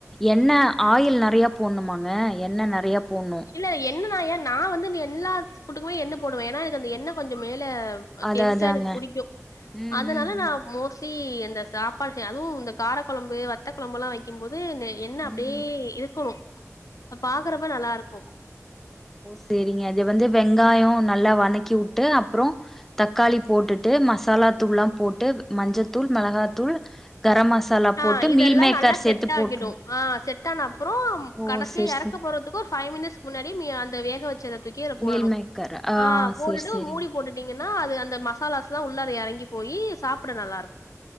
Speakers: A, in the centre; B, on the left (about 85°).
A: எண்ண ஆயில் நெறையா போட்ணுமாங்க எண்ண நெறயா போட்ணு
B: இல்ல என்ன நா ஏயா நா வந்து எல்லா ஃபுட்டுக்குமே எண்ண போடுவே ஏனா எனக்கு அந்த எண்ண கொஞ்சோ மேல அ
A: அத
B: தெரிஞ்சா
A: அதாங்க
B: எனக்கு பிடிக்கு
A: ம்
B: அதனால
A: ம்
B: நா மோஸ்ட் தி இந்த சாப்பாடு செய் அதுவு இந்த கார கொழம்பு வத்த கொழம்புலா வைக்கும்போது நெ எண்ண அப்டியே
A: ம் ம்
B: இருக்கணு பாக்றப்ப நல்லா இருக்
A: செரிங்க இது வந்து வெங்காயோ நல்லா வணக்கி வுட்டு அப்றோ தக்காளி போட்டுட்டு மசாலாத்தூள்லா போட்டு மஞ்சத்தூள் மெளகாத்தூள் கரம் மசாலா
B: ஆ
A: போட்டு
B: இதெல்லா
A: மீல் மேக்கர்
B: நல்லா
A: சேத்து
B: செட் ஆகிடு
A: போட்ருனு
B: ஆ செட் ஆன அப்புறோம்
A: ஓ
B: கடைசி
A: சேரி
B: எறக்கப்
A: சேரி
B: போறதுக்கு ஒரு ஃபைவ் மினிட்ஸ்கு முன்னாடி மீ அந்த வேக வச்சத தூக்கி அதுல போடணு
A: மீல் மேக்கர்
B: ஆ போட்டுட்டு
A: சேரி சேரிங்க
B: மூடி போட்டுட் டிங்கன்னா அது அந்த மசாலாஸ்லா உள்ளார எறங்கி போயி சாப்ட நல்லா இருக்